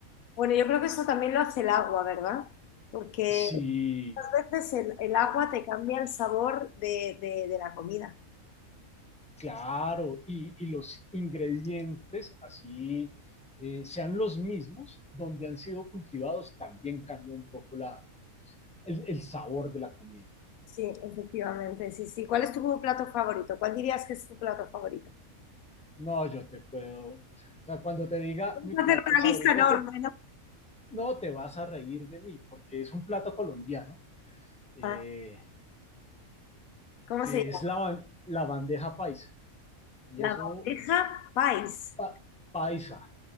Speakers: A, on the left (about 75°); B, in the centre.
A: Bueno, yo creo que eso también lo hace el agua, ¿verdad? Porque
B: sí
A: muchas veces el, el agua te cambia el sabor de, de- de la comida.
B: Claro, y, y los ingredientes, así eh, sean los mismos, donde han sido cultivados, también cambia un poco la, el, el sabor de la comida.
A: Sí, efectivamente, sí, sí. ¿Cuál es tu plato favorito? ¿Cuál dirías que es tu plato favorito?
B: No, yo te puedo, o sea, cuando te diga
A: Puedes
B: mi
A: hacer
B: plato
A: una
B: favorito,
A: lista enorme,
B: te,
A: ¿no?
B: no te vas a reír de mí, porque es un plato colombiano, eh,
A: Ah, ¿Cómo
B: es
A: se llama?
B: la, ban- la bandeja paisa, y
A: La
B: eso,
A: bandeja país.
B: pa, paisa,